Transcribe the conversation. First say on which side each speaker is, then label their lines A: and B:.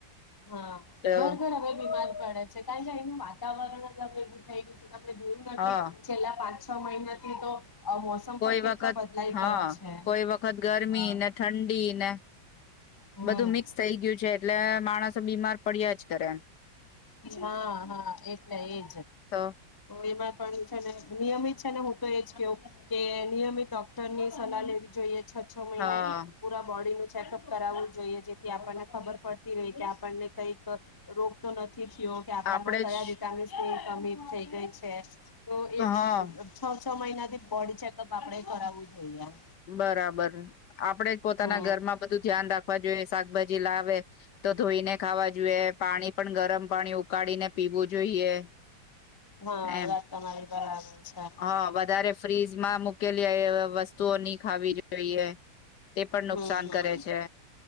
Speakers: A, on the left (about 20°); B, on the left (about 65°).
A: હા
B: તો
A: ઘર ઘર હવે બીમાર પડે છે કારણ કે અહીનું વાતાવરણ અલગ <unintelligible> આપને જોયું નથી
B: હા
A: છેલ્લા પાંચ છ મહિનાથી તો મોસમ
B: કોઈ
A: પણ કેટલો
B: વખત
A: બદલાઈ
B: હા
A: ગયો છે
B: કોઈ વખત ગરમી
A: હ
B: ને ઠંડી ને
A: હમ
B: બધું મિક્સ થઈ ગયું છે એટલે માણસો બીમાર પડિયા જ કરે.
A: હા હા એટલે એજ
B: તો
A: એમાં પણ છેને નિયમિત છે ને હું તો એજ કેવું કે નિયમિત ડોક્ટર ની સલાહ લેવી જોઈએ. છ છ મહિને
B: હા
A: પુરા બોડી નું કરું જોઈએ જેથી આપણને ખબર પડતી ર કે આપને કઈક રોગ <inaudible> કે આપણામાં
B: આપડે
A: કયા
B: જ
A: વિટામિન ની અમીર થઇ ગઈ છે. તો એ
B: હા
A: છ મહિનાથી બોડી ચેકઅપ આપડે કરાવવું જોઈએ.
B: બરાબર આપડે જ પોતાના
A: હમ
B: ઘરમાં બધું ધ્યાન રાખવા જોઈએ શાકભાજી લાવે. તો ધોઈને ખાવા જોઈએ પાણી પણ ગરમ પાણી ઉકાળીને પીવું જોઈએ.
A: હા
B: એમ
A: વાત તમારી બરાબર છે
B: હ વધારે ફ્રીજમાં મુૂકેલી એ વસ તો નની ખાવી જોઈએ. તે પણ
A: હમ્મ
B: નુકસાન
A: હમ્મ
B: કરે છે